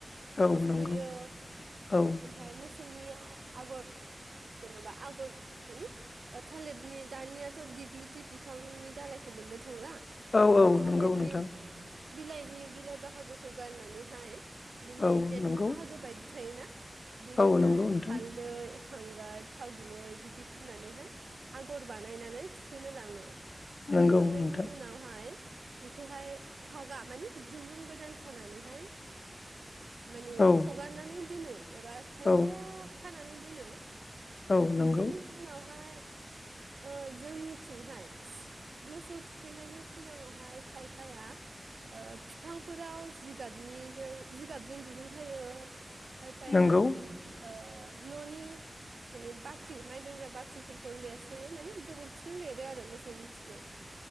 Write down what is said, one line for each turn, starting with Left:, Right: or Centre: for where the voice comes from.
Left: औ
Right: थुखैयो
Left: नंगौ औ
Right: ओमफ्राय मोसौ सुनियाव आगर जेन'बा आगर मानि थालिरनि दानियाथ' दिग्लिथि बिफांनि दालायखौ मोननो थांला
Left: औ
Right: ओ
Left: औ
Right: थालिरनि
Left: नंगौ नोंथां
Right: बिलाइनि बिलाइ बाहागोखौ गारनानै <unintelligible> बिनि
Left: औ
Right: देन्था
Left: नंगौ
Right: बाहागो बायदि थायोना बेजोंहाय
Left: औ नंगौ नोंथां
Right: हालदै हांगार थाव गुबै बिदि फुननानैहाय आगर बानायनानै थुखैनो लाङो थुखैखांनायनि
Left: नंगौ नोंथां
Right: उनावहाय बेखौहाय फागा मानि दुरुं गोदान खानानैहाय मानि
Left: औ
Right: हगार नानै दोनो एबा खायफाया
Left: औ
Right: खानानै दोनो
Left: औ नंगौ
Right: बेनि उनावहाय ओ जोंनिथिंहाय मोसौ थुखैनायनि सिगाङावहाय खायफाया ओ बिफांफोराव जिगाबनि जों जिगाबजों दुरुंखायो खायफाया
Left: नंगौ
Right: ओ न'नि माने बाख्रि माइदोनग्रा बाख्रिफोरखौ लिरस'यो माने गोबोरखिजों लिरो आरो मोसौनि खिजों